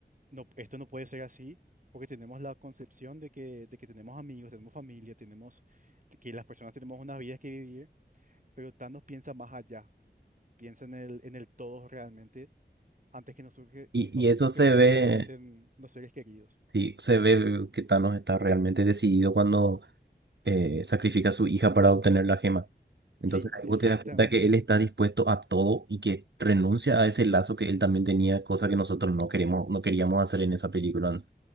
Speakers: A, on the right (about 45°); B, on the right (about 70°).
A: no, esto no puede ser así porque tenemos la concepción de que, de que tenemos amigos, tenemos familia, tenemos que las personas tenemos unas vidas que vivir, pero Thanos piensa más allá, piensa en el, en el todo realmente antes que nosotros, que-
B: Y,
A: nosotros
B: y eso se
A: que pensamos
B: ve.
A: solamente en los seres queridos.
B: Sí, se ve que Thanos está realmente decidido cuando eh, sacrifica a su hija para obtener la gema. Entonces
A: Sí,
B: ahí
A: <laughs>
B: vos te
A: exactamente.
B: das cuenta que él está dispuesto a todo y que renuncia a ese lazo que él también tenía, cosa que nosotros no queremos, no queríamos hacer en esa película.